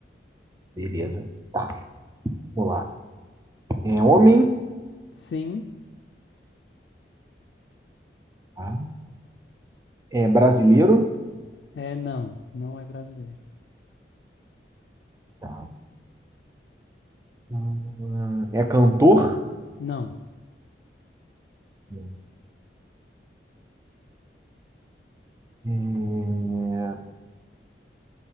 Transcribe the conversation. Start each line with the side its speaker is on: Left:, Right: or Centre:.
Right: Beleza. Tá, vamos lá. É homem,
Left: Sim,
Right: tá? É brasileiro,
Left: é não. Não é brasileiro.
Right: tá? Ah, É cantor,
Left: Não.
Right: né? é